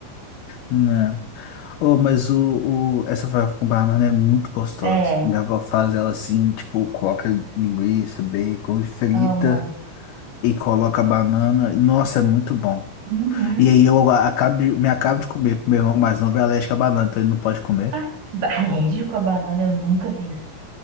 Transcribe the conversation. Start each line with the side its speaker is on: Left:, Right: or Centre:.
Left: Não. Oh, mas o, o, essa farofa com banana é muito gostosa.
Right: É,
Left: Minha avó faz ela assim, tipo, coloca linguiça, bacon, e frita
Right: amo.
Left: e coloca banana. Nossa, é muito bom.
Right: Uhum.
Left: E aí eu acabo, de- me acabo de comer, porque meu irmão mais novo é alérgico a banana, então ele não pode comer.
Right: Ah, ba- alérgico à banana, eu nunca vi isso.